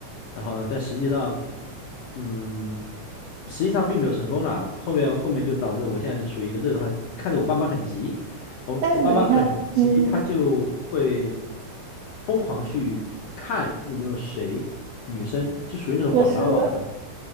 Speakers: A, on the left; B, on the right.
A: 然后但实际上，嗯，实际上并没有成功啦。后面后面就导致我现在就处于一个这种，看着我爸妈很急，我我爸妈很急，
B: 但是等一下，嗯，
A: 他就会疯狂去看有没有谁女生，就属于那种广撒网了。
B: 我是的。